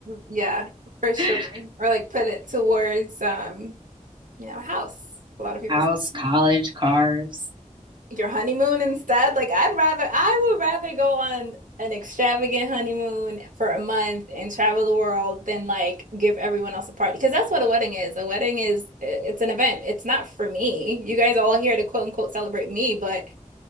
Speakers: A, on the right (about 85°); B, on the right (about 35°).
A: yeah, for sure.
B: <laughs>
A: Or like put it towards um, you know, a house. A lot of people
B: House, college, cars.
A: Your honeymoon instead? Like I'd rather I would rather go on an extravagant honeymoon for a month and travel the world than like give everyone else a party because that's what a wedding is. A wedding is it's an event. It's not for me. You guys are all here to quote unquote celebrate me, but